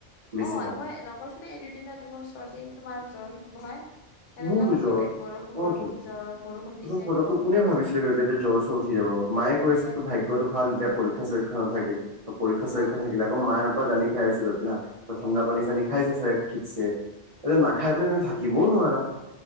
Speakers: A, on the right; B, on the left.
A: বেছিভাগ
B: অ এ মই নকৈছো দেই এই দুদিনত মোৰ চৰ্দি তোমাৰ জ্বৰ নহয় এনেকুৱা
A: মোৰতো
B: হৈ
A: জ্বৰ
B: গ'লে বৰষুণ বৰষুণ
A: অ তো
B: জ্বৰ বৰষুণ দিছে
A: তচোন পটককৈ
B: গৰম
A: কোনে
B: হৈছে
A: ভাবিছিলে গৈ পেলাই এতিয়া জ্বৰ চৰ উঠি যাব মায়ে কৈছে
B: যে
A: তো ভাগ্যটো ভাল যেতিয়া পৰীক্ষা চৰীক্ষা নাথাকিল পৰীক্ষা
B: অ
A: চৰীক্ষা থাকিলে ত মায়ে পৰা গালি খাই আছো <unintelligible> ঠাণ্ডা
B: উম
A: পানী চানী খাইছে চাগে ঠিকছে এতিয়া নাখাই বৈ তুমি থাকিবও নোৱাৰা